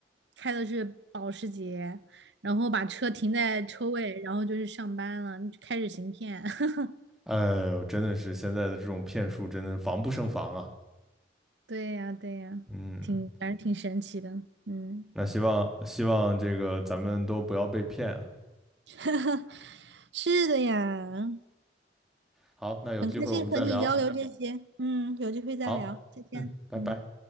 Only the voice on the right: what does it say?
开的是保时捷，然后把车停在车位，然后就去上班了，开始行骗。<laughs>
对呀，对呀，
挺反正挺神奇的，嗯，
<laughs> 是的呀。
很开心和你交流这些，嗯，有机会再聊，
再见，
嗯。